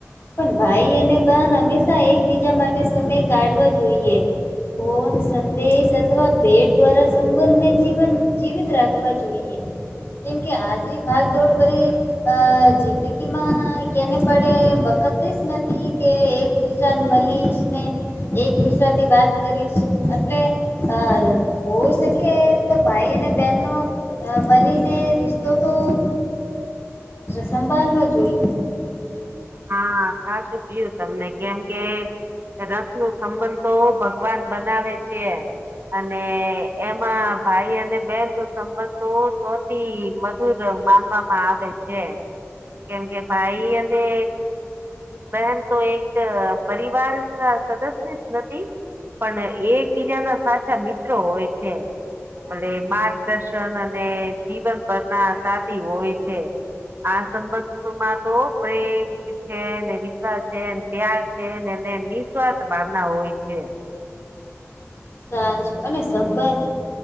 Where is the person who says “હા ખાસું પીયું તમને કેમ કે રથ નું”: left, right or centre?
Right